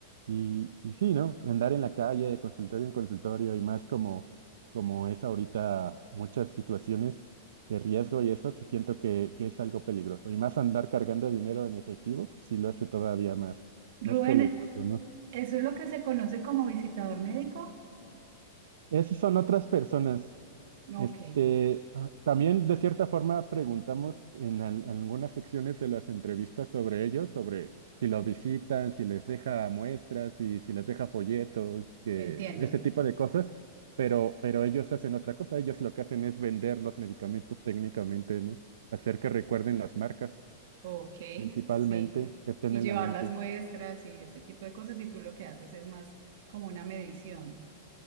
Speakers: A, on the right; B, on the right.
A: Y, y sí, ¿no? Andar en la calle de consultorio en consultorio y más como, como es ahorita muchas situaciones de riesgo y eso sí siento que, que es algo peligroso. Y más andar cargando dinero en efectivo, sí lo hace todavía más,
B: Rubén,
A: más peligroso, ¿no?
B: ¿eso es lo que se conoce como visitador médico?
A: Esas son otras personas.
B: Ok,
A: Este, ah, también de cierta forma preguntamos en al- algunas secciones de las entrevistas sobre ellos, sobre si los visitan, si les deja muestras, si, si les deja folletos, que,
B: entiendo.
A: ese tipo de cosas, pero, pero ellos hacen otra cosa, ellos lo que hacen es vender los medicamentos técnicamente, ¿no? Hacer que recuerden las marcas,
B: Ok,
A: principalmente,
B: sí.
A: que estén
B: Y
A: en
B: llevar
A: la mente.
B: las muestras y ese tipo de cosas, y tú lo que haces es más como una medición,